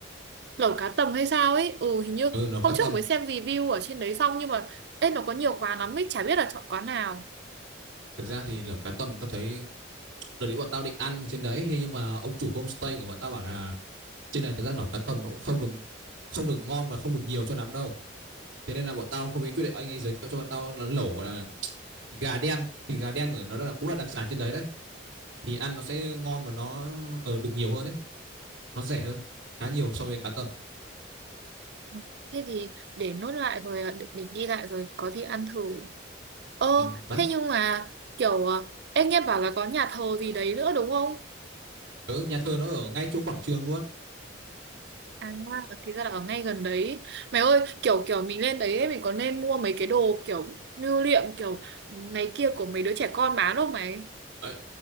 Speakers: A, on the right; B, on the right.
A: lẩu cá tầm hay sao ấy ừ hình như
B: ừ lẩu
A: hôm
B: cá tầm
A: trước mới xem review ở trên đấy xong nhưng mà ê nó có nhiều quán lắm ấy chả biết là chọn quán nào
B: thực ra thì lẩu cá tầm tao thấy đợt đấy bọn tao định ăn ở trên đấy nhưng mà ông chủ homestay của bọn tao bảo là trên này thực ra lẩu cá tầm nó cũng không được không được ngon và không được nhiều cho lắm đâu thế nên là bọn tao không biết quyết định anh ấy giới thiệu cho bọn tao là lẩu gọi là gà đen thì gà đen ở nó là cũng là đặc sản trên đấy đấy thì ăn nó sẽ ngon và nó ở được nhiều hơn đấy nó rẻ hơn khá nhiều so với cá tầm
A: Ừ, thế thì để nốt lại rồi à, để, để ghi lại rồi có gì ăn thử ơ
B: ừ, đấy
A: thế nhưng mà kiểu à, em nghe bảo là có nhà thờ gì đấy nữa đúng không
B: ừ, nhà thờ nó ở ngay chỗ quảng trường luôn
A: à thì ra là ở ngay gần đấy mày ơi kiểu kiểu mình lên đấy ấy, mình có nên mua mấy cái đồ kiểu lưu niệm kiểu này kia của mấy đứa trẻ con bán không mày
B: ấy